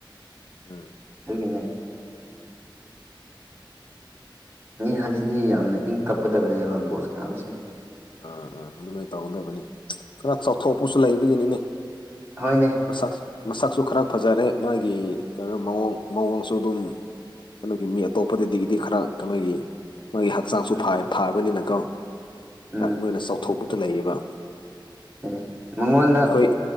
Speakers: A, on the left (about 65°); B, on the right (about 25°).
A: ꯎꯝ
B: ꯍꯥꯢꯒꯦꯅꯦ ꯍꯥꯏꯁꯤꯗꯤ ꯌꯥꯝꯅ ꯏꯪ ꯇꯞꯀꯗꯕꯅꯦꯕ ꯕꯣꯠ ꯁꯅꯥꯕꯁꯦ
A: ꯑꯥ ꯎꯝ ꯑꯗꯨꯃꯥꯏꯅ ꯇꯧꯒꯗꯕꯅꯤ ꯈꯔ ꯆꯥꯎꯊꯣꯛꯄꯁꯨ ꯂꯩꯕꯒꯤꯅꯤꯅꯦ
B: ꯍꯣꯢꯅꯦ
A: ꯁꯛ ꯃꯁꯛꯁꯨ ꯈꯔ ꯐꯖꯔꯦ ꯃꯥꯒꯤ ꯀꯩꯅꯣ ꯃꯑꯣꯡ ꯃꯑꯣꯡꯁꯨ ꯑꯗꯨꯝ ꯀꯩꯅꯣꯒꯤ ꯃꯤ ꯑꯇꯣꯞꯄꯗꯗꯒꯤꯗꯤ ꯈꯔ ꯀꯩꯅꯣꯒꯤ ꯃꯣꯒꯤ ꯍꯛꯆꯥꯡꯁꯨ
B: ꯎꯝ
A: ꯐꯥꯕꯅꯤꯅꯀꯣ
B: ꯎꯝ
A: ꯃꯣꯏꯅ ꯆꯥꯎꯊꯣꯛꯄꯗ ꯂꯩꯌꯦꯕ
B: ꯑꯦ ꯃꯉꯣꯟꯗ
A: ꯑꯩꯈꯣꯏ